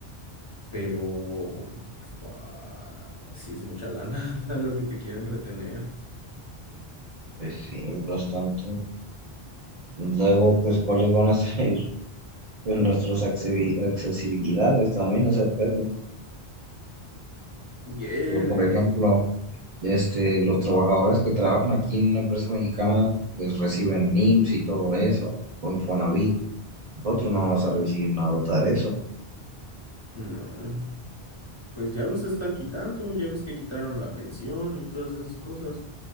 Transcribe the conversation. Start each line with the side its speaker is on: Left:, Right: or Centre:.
Left: Pero fua, sí es mucha lana <laughs> lo que te quieren retener.
Right: Pues sí, bastante. Luego, pues, ¿cuáles van a ser <laughs> pues, nuestras accesibi- accesibilidades también, ese pedo?
Left: Y él,
Right: Pero, por ejemplo, Este, los trabajadores que trabajan aquí en una empresa mexicana, pues reciben IMSS y todo eso, o Infonavit. Nosotros no vamos a recibir nada de eso.
Left: no, pues ya los están quitando, ya ves que quitaron la pensión y todas esas cosas.